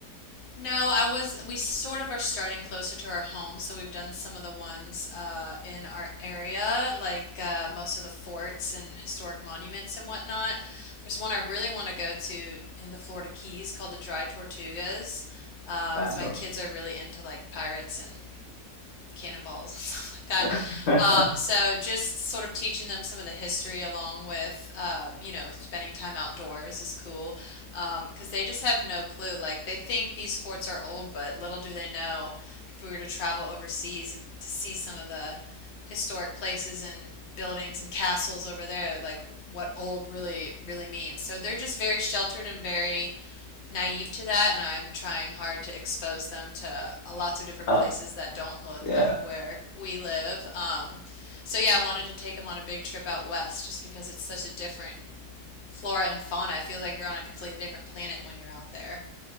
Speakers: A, on the left (about 75°); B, on the left (about 55°).
A: No, I was, we sort of are starting closer to our home, so we've done some of the ones uh, in our area, like uh, most of the forts and historic monuments and whatnot. There's one I really want to go to in the Florida Keys called the Dry Tortugas. Um,
B: Wow.
A: so my kids are really into like pirates and cannonballs <laughs> and stuff like that.
B: <laughs>
A: Um, so just sort of teaching them some of the history along with, uh, you know, spending time outdoors is cool because um, they just have no clue. Like they think these forts are old, but little do they know if we were to travel overseas to see some of the historic places and buildings and castles over there, like what old really really means. So they're just very sheltered and very naive to that, and I'm trying hard to expose them to uh, lots of different
B: Uh,
A: places that don't look
B: yeah.
A: like where we live. Um, so yeah, I wanted to take them on a big trip out west just because it's such a different flora and fauna. It feels like you're on a completely different planet when you're out there.